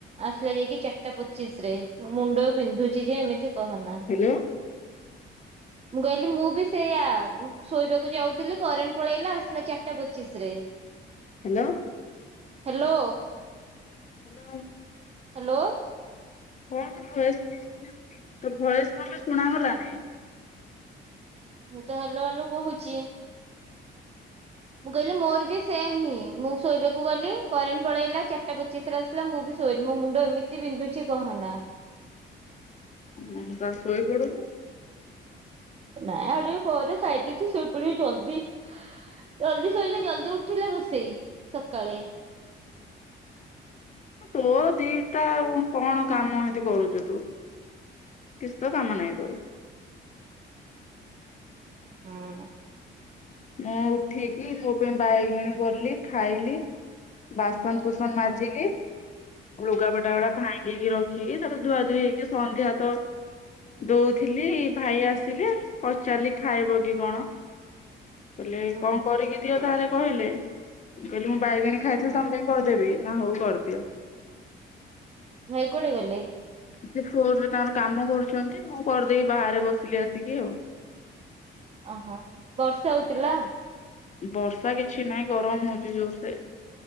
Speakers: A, on the right (about 30°); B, on the left (about 35°).
A: ଆସିଲା ଯାଇକି ଚାରିଟା ପଚିଶ ରେ ମୁଣ୍ଡ ବିନ୍ଧୁଛି ଯେ ଏମିତି କହନା।
B: ହ୍ୟାଲୋ
A: ମୁଁ କହିଲି ମୁଁ ବି ସେଇୟଆ ଶୋଇବାକୁ ଯାଉଥିଲି କରେଣ୍ଟ ପଳେଇଲା ଆସିଲା ଚାରିଟା ପଚିଶ ରେ। <inaudible>
B: ହ୍ୟାଲୋ।
A: ହାଲୋ।
B: ହାଲୋ।
A: ହାଲୋ।
B: କଣ ତୋ ଭଏସ ତୋ ଭଏସ କଣ ପାଇଁ ଶୁଣାଗଲାନି।
A: ମୁଁ ତ ହାଲୋ ହାଲୋ କୋହୁଚି। ମୁଁ କହିଲି ମୋର ବି ସେମ୍ ହିଁ ମୁଁ ଶୋଇବାକୁ ଗଲି କରେଣ୍ଟ ପଳେଇଲା ଚାରିଟା ପଚିଶରେ ଆସିଲା ମୁଁ ବି ଶୋଇନି ମୋ ମୁଣ୍ଡ ଏମିତି ବିନ୍ଧୁଛି କହନା।
B: ହୁଁ ତ ଶୋଇ ପଡୁନୁ।
A: ନାଇଁ ଆଉ ଟିକେ ପରେ ଖାଇଦେଇକି ଶୋଇପଡ଼ିବି ଜଲ୍ଦୀ। ଜଲ୍ଦି ଶୋଇଲେ ଜଲ୍ଦୀ ଉଠିଲେ ରୁଷେଇ ସକାଳେ।
B: ତୋ ଦିଟା ଆଉ କଣ କାମ ଏନ୍ତୀ କରୁଚୁ ତୁ। କିଛି ତ କାମ ନାହିଁ ତୋରୋ।
A: <inaudible> ହୁଁ।
B: ମୁଁ ଉଠିକି ମୋ ପାଇଁ ବାଇଗେଣୀ ଗଲି ଖାଇଲି ବାସ ବାସନ କୁସନ
A: ହୁଁ
B: ମାଜିଲି, ଲୁଗାପଟା
A: ହୁଁ
B: ଗୁଡା ଭାଙ୍ଗିକି ରଖି ରଖିକି ତାପରେ ଧୂଆ ଧୂଇ ହେଇକି ସନ୍ଧ୍ୟା ତ ଦୋଉଥିଲି ଭାଇ ଆସିଲେ, ପଚାରିଲି ଖାଇବ କି କଣ। କହିଲେ
A: ହୁଁ
B: କଣ
A: ହୁଁ
B: କରିକି ଦିଅ ତାହେଲେ କହିଲେ, ମୁଁ କହିଲି ମୁଁ ବାଇଗେଣୀ ଖାଇଥିଲି
A: ହୁଁ
B: ତମ ପାଇଁ କରିଦେବି। ନା ହୋଉ କରିଦିଅ।
A: ଇ କୁଆଡ଼େ ଗଲେ।
B: ସେ ଫୋନରେ ତାଙ୍କର କାମ କରୁଛନ୍ତି ମୁଁ କରିଦେଇକି ବାହାରେ ବସିଲି ଆସିକି ଆଉ।
A: ଅହଁ ବର୍ଷା ହୋଉଥିଲା।
B: ବର୍ଷା କିଛି ନାଇଁ ଗରମ ହୋଉଛି ଜୋରୋ ସେ।